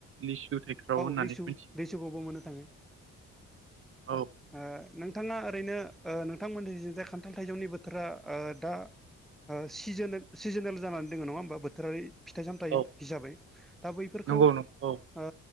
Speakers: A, on the right; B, in the centre.
A: लिसु थाइख्राव
B: औ
A: होननानै
B: लिसु
A: मिथियो
B: लिसु सुखौबो मोननो थाङो
A: औ
B: ओ नोंथाङा ओरैनो ओ नोंथांमोननि जे खान्थाल थाइजौनि बोथोरा ओ दा ओ सिजोन सिजोनेल जानानै दङ नङा होमबा बोथोरारि फिथाइ सामथाइ
A: औ
B: हिसाबै दा बैफोरखौ
A: नंगौ
B: ओ
A: नंगौ औ